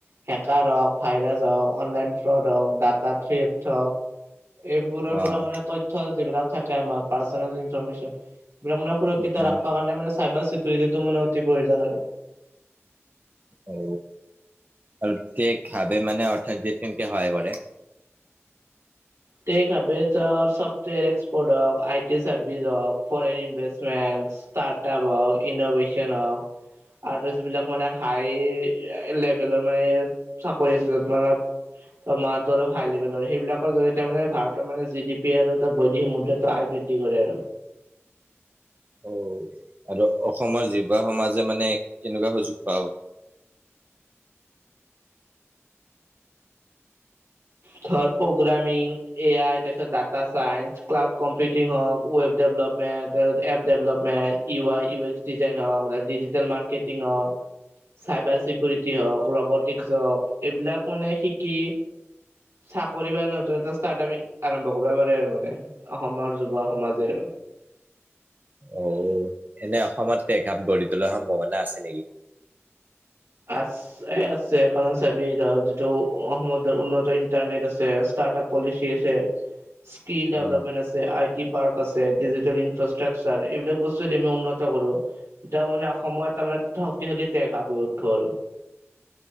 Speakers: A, on the right; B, on the right.
A: হেকাৰ হওক, ভাইৰাছ হওক, অনলাইন ফ্ৰড হওক, ডা - টা থ্ৰীএপ হ‌ওক এইবোৰৰ
B: অ',
A: পৰা মানে ত- তথ্য যিবিলাক থাকে আমাৰ পাৰ্ছনেল লিংকছৰ মানে সুৰক্ষিত
B: উম, উম।
A: ৰাখিবৰ কাৰণে চাইবাৰ ছিক- উৰিটিটো মানে অতি প্ৰয়োজন আৰু।
B: অ, আৰু টেগহাবে মানে অৰ্থনীতিযে কেনেকে সহায় কৰে?
A: টেগহাবেছ হ‌ওক চফ্টৱেৰ এক্সপ'ৰ্ট হওক আই টি চাৰ্ভিছ হওক ফৰেন ইনভেষ্টমেন্ট - ষ্টাৰ্টআপ হওক ইন'ভেশ্যন হওক- আৰু যিবিলাক মানে হাই লেভেলৰ মানে চাকৰি আছে যত মানে- দৰমহাটো অলপ হাই লভেলৰ সেইবিলাকৰ জৰিত- তাৰ মানে ভাৰতৰ মানে জি ডি পি আৰু তাৰ বৈদেশিক মুদ্ৰাটো আয় বৃদ্ধি কৰে আৰু।
B: অ, আৰু অসমৰ যুৱসমাজে মানে কেনেকুৱা সুযোগ পাব।
A: ধৰ প্ৰগ্ৰামিং, এ আই, তাৰপিছত ডাটা চাইন্স, ক্লাউড কম্পিউটিং হওক, ৱেব ডেভেলপমেণ্ট - ত app development, U I, U X design হওক, ডিজিটেল মাৰ্কেটিং হ‌ওক-
B: <inaudible>
A: চাইবাৰ চিকউৰিটি হওক, ৰবটিস্ক হওক এইবিলাক মানে শিকি- চাকৰি বা নতুন এটা ষ্টাৰ্ট আমি আৰম্ভ কৰিব পাৰে আৰু মানে অসমৰ যুৱ সমাজে আৰু।
B: অ, এনে অসমত পেক‌আপ গঢ়ি তোলাৰ সম্ভাৱনা আছে নেকি?
A: আছ আছে আছে, কাৰণ চাবি ধৰক যিটো অসমৰ উন্নত ইণ্টাৰনেট আছে ষ্টাৰ্ট আপ পলিচি আছে।
B: <unintelligible>
A: স্কিল ডেভেলপমেণ্ট
B: উম,
A: আছে। আছে, আই টি পাৰ্ক আছে ডিজিটেল ইনফ্ৰাষ্ট্ৰাকচাৰ এইবিলাক বস্তু দি আমি উন্নত কৰো - এতিয়াও মানে অসমৰ তাৰ মানে <unintelligible>